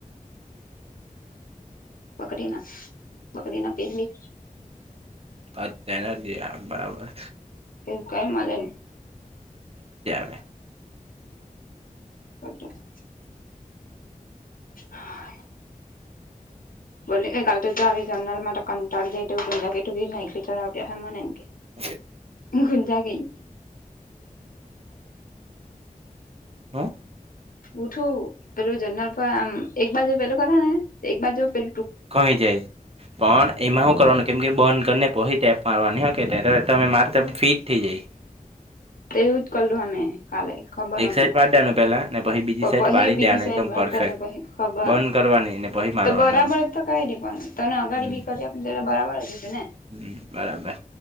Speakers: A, on the left; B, on the right.
A: બકરી ના બકરીના પેલી,
B: ત તન જ આ બરાબર,
A: એવું કઈ મલે
B: <unintelligible>
A: <unintelligible> હા, બોલી એ કાલે તો જાવી જર્નલ મા કંટાળી જાયું કે તું ના ચડ્યા હ મને એમ કે,
B: <unintelligible>
A: <unintelligible> મને કેઇ,
B: હુ,
A: ઉઠું પેલું જરનલ પર આમ એક બાજુ પેલું કરે ને એક બાજુ પેલ,
B: ખોવાઈ જાય, પણ એમાં હું કર, કેમ કે બંધ કરીને પહી એપ મારવાની હો કે ત્યારે તમે મારે તમ ફિટ થઈ જાય.
A: એવું જ કરેલું અમે, કાલે ખબર
B: એક
A: અમને
B: સાઈડ મારી દેવાનું પેલા ને પછી બીજી
A: પ
B: સાઈડ
A: પહી
B: વાળી
A: બીજી
B: દેવાનું
A: સાઈડ
B: એકદમ
A: બંધ
B: પરફેક્ટ
A: કરી ને પહી, ખબર
B: બંધ કરવાની ને પછી મારવાનું
A: તો બરાબર
B: એમ
A: તો કઈ રી પણ તને અગાડી
B: હમ
A: બી કરી આપલી, એ બરાબ જ ને,
B: હમ બરાબર